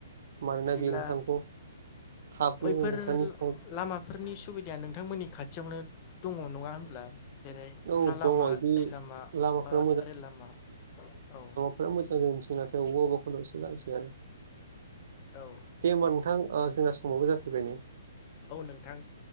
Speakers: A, on the right; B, on the left.
A: मानोना
B: बिदिब्ला
A: बे नोंथांखौ थाबनो
B: बैफोर
A: नोंथांनि
B: लामाफोरनि सुबिदाया नोंथांमोननि खाथियावनो दङ नङा होमब्ला। जेरै
A: औ
B: हा लामा
A: दङ बिदि
B: दै लामा
A: लामाफोरा
B: बा रेल लामा औ।
A: बिराद मोजां जोंनिथिं नाथाय अबेबा अबेबा <unintelligible>
B: औ
A: दे होमबा नोंथां ओ जोंना समावबो जाफैबाय नै।
B: औ नोंथां